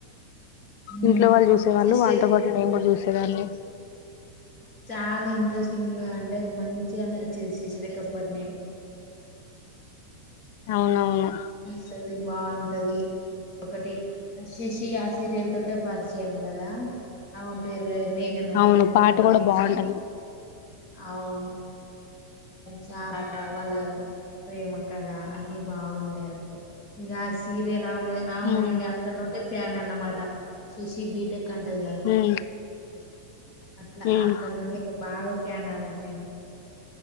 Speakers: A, on the left (about 35°); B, on the left (about 50°).
A: మ్మ్
B: ఇంట్లో వాళ్ళు చూసేవాళ్ళు
A: శశి
B: వాళ్ళతో పాటు మేము కూడా చూసేదన్ని.
A: చాలా గా అంటే మంచిగా అనిపించేది శశిరేఖ పరిణయం
B: అవునవును
A: సది బాగుంటది ఒకటి శశి ఆ సీరియల్ తోట పార్చ్చము కదా అన్ పేరు మేఘనా
B: అవును
A: మేఘనా
B: పాట
A: లోలొకేషన్
B: కూడా బాగుంటది
A: అవు చటవల ప్రేమ కళ అన్ని బాగుంటాయి అందులో ఇకా సీరియల్ మె ఆమె
B: ఉమ్
A: అక్క ను ఉండ ఫ్యాన్ అన్నమాట చేసి బీటెక్ అంటదిగా
B: ఉమ్
A: అట్లా
B: ఉమ్
A: అక్కడ నూనె బాగా క్యానామకనా